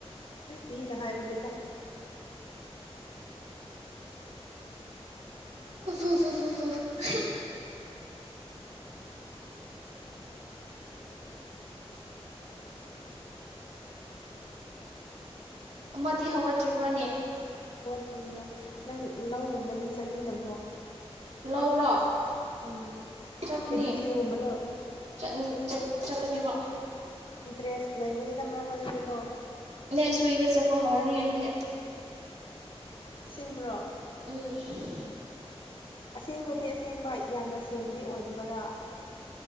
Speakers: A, on the left; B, on the right.
A: ꯃꯤꯅ ꯍꯥꯏꯕꯅꯤꯗ
B: ꯍꯣ ꯍ ꯍꯣ ꯑꯃꯗꯤ ꯍꯧꯒꯠꯇ꯭ꯔꯤꯕ꯭ꯔꯥꯅꯦ
A: ꯠꯇ꯭ꯔꯤ ꯍꯣꯏ ꯅꯪ ꯂꯧꯒꯨꯝꯕꯗꯤ ꯆꯠꯅꯤꯡꯗꯕ꯭ꯔꯣ
B: ꯂꯧꯔꯣ
A: ꯎꯝ
B: ꯆꯠꯀꯅꯤ
A: ꯄꯦꯗꯤꯐꯤꯜꯒꯨꯝꯕꯗꯣ
B: ꯆꯠꯅꯤ ꯆꯀꯅꯤꯕ
A: ꯏꯟꯇꯔꯦꯁ ꯂꯩꯕꯅꯤꯗ ꯃꯔꯝ ꯑꯣꯏ ꯑꯗꯨꯗꯤꯀꯣ
B: ꯅ ꯁ꯭ꯋꯤꯒꯤꯗ ꯆꯠꯄ ꯍꯧꯔꯅꯤ ꯑꯩꯁꯦ
A: ꯁꯦꯡꯕ꯭ꯔꯣ
B: ꯎꯝ
A: ꯑꯁꯦꯡꯕꯗꯤ ꯑꯁꯦꯡꯕ ꯌꯥꯝꯅ ꯁꯦꯡꯕꯗꯤ ꯑꯣꯏꯗꯕ꯭ꯔꯥ